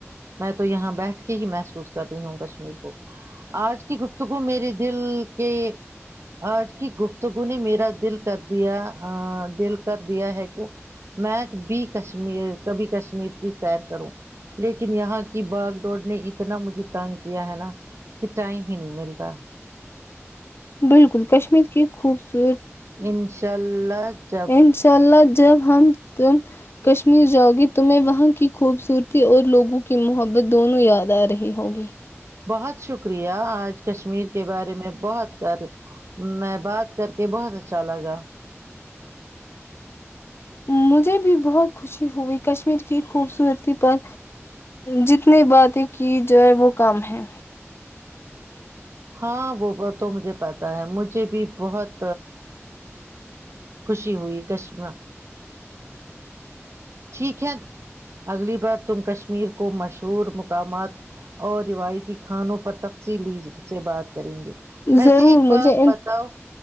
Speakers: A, on the right; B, on the left.
A: میں تو یہاں بیٹھ کے ہی محسوس کر رہی ہوں کشمیر کو آج کی گفتگو میرے دل کے آج کی گفتگو نے میرا دل کر دیا دل کر دیا ہے کہ میں بھی کشمیر کبھی کش کی سیر کروں لیکن یہاں کی باغ دوڑ نے اتنا مجھے تنگ کیا ہے نا کہ ٹائم ہی نہیں ملتا
B: بالکل کشمیر کی خوبصورت
A: انشاء اللہ جب
B: انشاء اللہ جب ہم تم کشمیر جاؤ گی تمہیں وہاں کی خوبصورتی اور لوگوں کی محبت دونوں یاد آ رہی ہوگی
A: بہت شکریہ آج کشمیر کے بارے میں بہت کر میں بات کر کے بہت اچھا لگا
B: مجھے بھی بہت خوشی ہوئی کشمیر کی خوبصورتی پر جتنی باتیں کی جائے وہ کم ہے
A: ہاں وہ تو مجھے پتا ہے مجھے بھی بہت خوشی ہوئی کشمہ ٹھیک ہے اگلی بار تم کشمیر کو مشہور مقامات اور روایتی کھانوں پر تفصیل لی سے بات کریں گے ویسے
B: ضرور
A: ایک
B: مجھے
A: بات بتاؤ